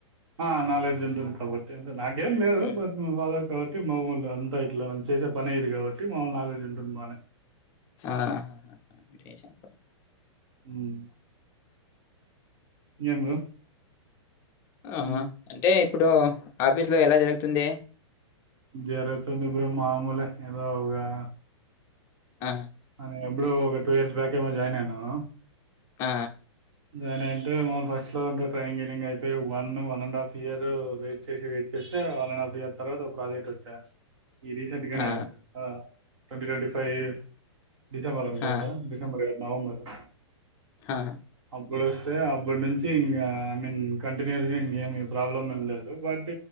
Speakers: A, on the right; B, on the left.
A: ఆ నాలెడ్జ్ ఉంటుంది కాబట్టి నాకేం లేదు
B: హ్మ్.
A: బట్ వాళ్ళ కాబట్టి మామూలే అంత అయితే ఇట్ల చేేసే పనే ఇది కాబట్టి మాక్ నాలెడ్జ్ ఉంటది బానే
B: ఆ జయశంకర్
A: మ్మ్ ఎం బ్రో
B: ఆ
A: ఏం
B: అంటే ఇప్పుడు ఆఫీస్ లో ఎలా జరుగుతుంది
A: జరుగుతుంది బ్రో మామూలె ఏదో ఒగా
B: ఆ!
A: అదే బ్రో ఒక టూ ఇయర్స్ బ్యాక్ ఏ మరి జాయిన్ అయినావా
B: ఆ
A: దాన్ అంటే మమల్ని ఫస్ట్ లోంటే ట్రైనింగ్పెరియోడ్ అయిపోయి one one and half year wait చేసి వెయిట్ చేస్తే వన్ అండ్ హాఫ్ ఇయర్ తర్వాత ఒక ప్రాజెక్ట్ వచ్చా ఈ రీసెంట్ గానే
B: ఆ!
A: ఆ ట్వంటీ ట్వంటి ఫైవ్ డిసెబర్ అనుకుంట
B: ఆ!
A: డిసెబర్ ఎ నవంబరు
B: హా ఆ
A: అప్పుడు వస్తే అప్పుడు నుంచి ఇంకా ఐ మీన్ కంటిన్యూస్ గా ఇంకేమి ప్రాబ్లం ఏమి లేదు బట్